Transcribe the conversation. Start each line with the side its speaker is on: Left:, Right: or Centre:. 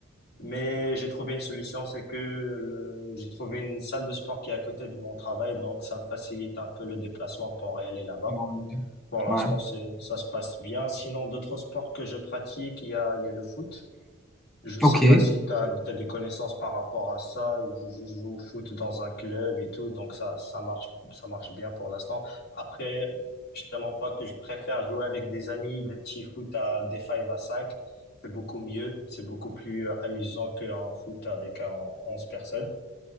Left: Mais j'ai trouvé une solution, c'est que le- j'ai trouvé une salle de sport qui est à côté de mon travail, donc ça me facilite un peu le déplacement pour aller là-bas.
Centre: ouais,
Left: Pour l'instant,
Centre: ouais.
Left: c'est, ça se passe bien. Sinon, d'autres sports que je pratique, il y a, il y a le foot. Je sais
Centre: Ok.
Left: pas si t'as, t'as des connaissances par rapport à ça. Je, je joue au foot dans un club et tout, donc ça, ça marche, ça marche bien pour l'instant. Après, je te mens pas que je préfère jouer avec des amis, des petits foot à des 5 à 5. C'est beaucoup mieux, c'est beaucoup plus euh, amusant qu'un foot avec euh, 11 personnes.